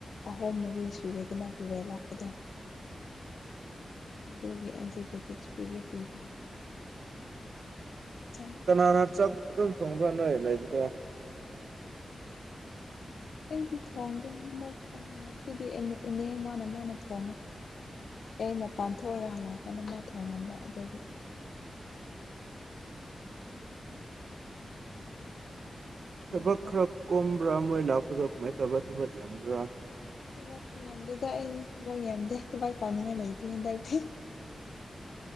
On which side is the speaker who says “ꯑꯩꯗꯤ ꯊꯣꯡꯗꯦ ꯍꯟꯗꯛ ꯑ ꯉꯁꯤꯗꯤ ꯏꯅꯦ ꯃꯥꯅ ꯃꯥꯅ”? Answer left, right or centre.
Left